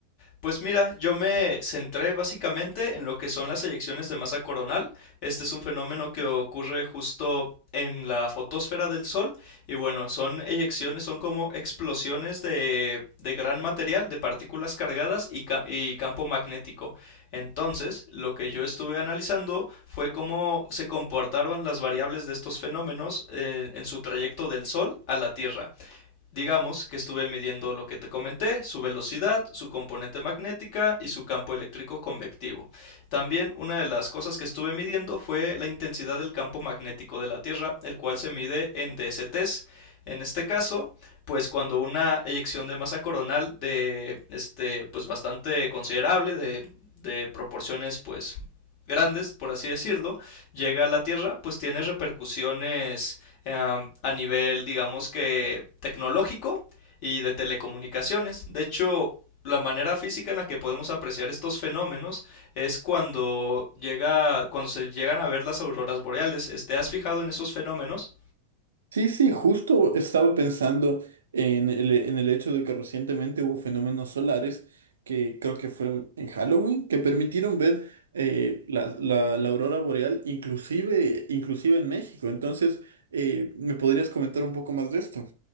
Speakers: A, on the left; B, on the right.
A: Pues mira, yo me centré básicamente en lo que son las eyecciones de masa coronal. Este es un fenómeno que ocurre justo en la fotosfera del Sol y bueno, son eyecciones, son como explosiones de, de gran material, de partículas cargadas y, ca- y campo magnético. Entonces, lo que yo estuve analizando fue cómo se comportaban las variables de estos fenómenos eh, en su trayecto del Sol a la Tierra. Digamos que estuve midiendo lo que te comenté, su velocidad, su componente magnética y su campo eléctrico convectivo. También una de las cosas que estuve midiendo fue la intensidad del campo magnético de la Tierra, el cual se mide en DSTs. En este caso, pues cuando una eyección de masa coronal de este pues bastante considerable de, de proporciones pues grandes, por así decirlo, llega a la Tierra, pues tiene repercusiones eh, a nivel, digamos que tecnológico y de telecomunicaciones. De hecho, la manera física en la que podemos apreciar estos fenómenos es cuando llega, cuando se llegan a ver las auroras boreales. ¿Te has fijado en esos fenómenos?
B: Sí, sí, justo estaba pensando en el, en el hecho de que recientemente hubo fenómenos solares que creo que fue en Halloween, que permitieron ver eh, la, la- la aurora boreal inclusive, inclusive en México. Entonces, eh, ¿me podrías comentar un poco más de esto?